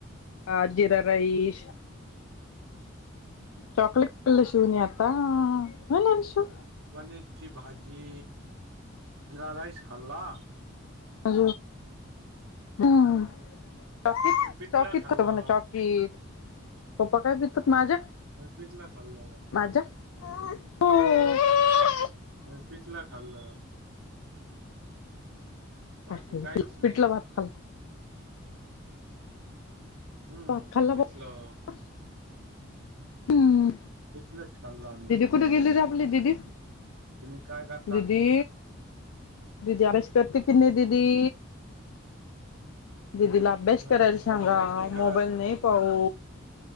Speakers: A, on the left; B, on the right.
A: ह जिरा राईस चॉकलेट खाल्ल शिवनी आता हो ना रे शिवू.
B: पनीरची भाजी जिरा राईस खाल्ला.
A: ह हम्. चॉकी
B: आम्ही पिठलं
A: चॉकी
B: खाल्लं
A: त म्हण चॉकीत. पप्पा काय पितात माझे
B: आम्ही पिठलं खाल्लं
A: माझ्या. हम. <inaudible>
B: आणि पिठलं खाल्ल. बाकी
A: ह
B: काहीच नाही
A: पिठलं भात खाल्लं.
B: हम्म
A: भात खाला
B: पिठलं
A: बोल हम्म.
B: पिठलं च खाल्लं आम्ही.
A: कुठे गेली र आपली दिदी?
B: तुम्ही काय खाल्लं?
A: दिदी दिदी आश करत कि न‌ दिदी दिदी ला अभ्यास
B: नाही
A: करायला
B: दिदी
A: सांगा
B: अभ्यास नाही करत
A: मोबाईल नाही पाहू.